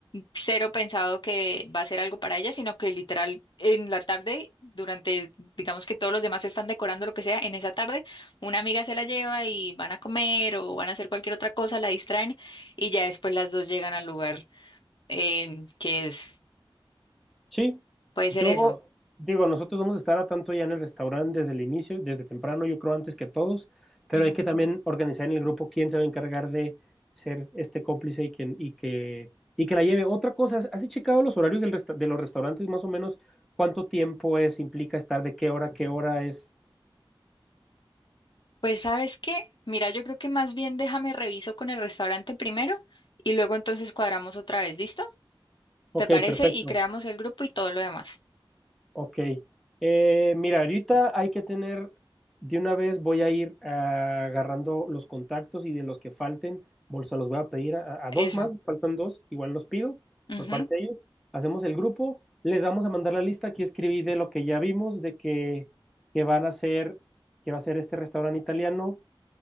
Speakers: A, on the left (about 55°); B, in the centre.
A: cero pensado que va a ser algo para ella, sino que literal en la tarde, durante, digamos que todos los demás están decorando lo que sea, en esa tarde. Una amiga se la lleva y van a comer o van a hacer cualquier otra cosa, la distraen y ya después las dos llegan al lugar em, que es,
B: Sí,
A: puede
B: yo
A: ser eso.
B: digo, nosotros vamos a estar a tanto ya en el restaurante desde el inicio, desde temprano, yo creo antes que todos, pero
A: Ujú.
B: hay que también organizar en el grupo quién se va a encargar de ser este cómplice y quién- y que y que la lleve. Otra cosa, ¿has has checado los horarios del resta- de los restaurantes más o menos cuánto tiempo es, implica estar de qué hora a qué hora es?
A: Pues ¿sabes qué? Mira, yo creo que más bien déjame reviso con el restaurante primero y luego entonces cuadramos otra vez, ¿listo?
B: Ok,
A: ¿Te parece?
B: perfecto.
A: Y creamos el grupo y todo lo demás.
B: Ok. Eh, mira, ahorita hay que tener, de una vez voy a ir ah, agarrando los contactos y de los que falten, bol- se los voy a pedir a, a
A: Eso.
B: dos más, faltan dos, igual los pido
A: Ujú,
B: por parte de ellos. Hacemos el grupo, les vamos a mandar la lista, aquí escribí de lo que ya vimos, de que, que van a hacer, que va a ser este restaurante italiano